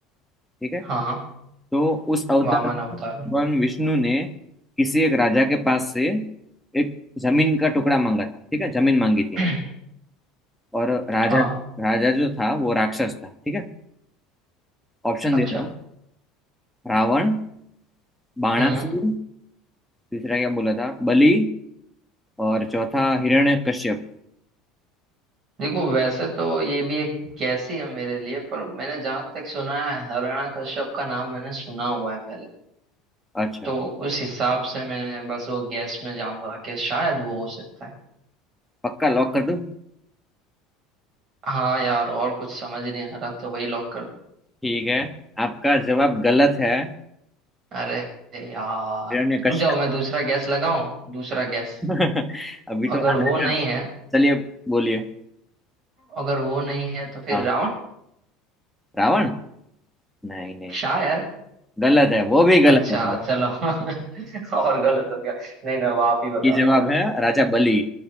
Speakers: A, in the centre; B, on the right.
A: ठीक है
B: हाँ
A: तो उस अवतार
B: वामन अवतार
A: में
B: ने
A: भगवान विष्णु ने किसी एक राजा के पास से एक जमीन का टुकड़ा मांगा था ठीक है जमीन मांगी थी
B: <clears throat>
A: और राजा
B: हाँ
A: राजा जो था वो राक्षस था ठीक है ऑप्शन दे
B: अच्छा
A: रहा हूँ रावण बाणासुर
B: हम्म
A: तीसरा क्या बोला था बलि और चौथा हिरण्यकश्यप
B: देखो वैसे तो ये भी एक कैसी है मेरे लिए पर मैंने जहां तक सुना है हिरण्यकश्यप का नाम मैंने सुना हुआ है पहले
A: अच्छा
B: तो उस हिसाब से मैं बस वो गैस में जाऊंगा कि शायद वो हो सकता है
A: पक्का लॉक कर दूं
B: हाँ यार और कुछ समझ नहीं आ रहा तो वही लॉक कर
A: ठीक है आपका जवाब गलत है
B: अरे यार
A: हिरण्यकश्यप
B: रुक जाओ मैं दूसरा गैस लगाऊं दूसरा गैस
A: <laughs> अभी तो
B: अगर
A: आ
B: वो
A: जाएगा
B: नहीं है
A: चलिए बोलिए
B: अगर वो नहीं है तो फिर
A: हाँ
B: रावण
A: रावण नहीं नहीं
B: शायद
A: गलत है वो भी गलत
B: अच्छा
A: है भाई
B: चलो <laughs> और गलत हो गया नहीं ना अब आप ही बता
A: ये जवाब
B: दो यार
A: है राजा बलि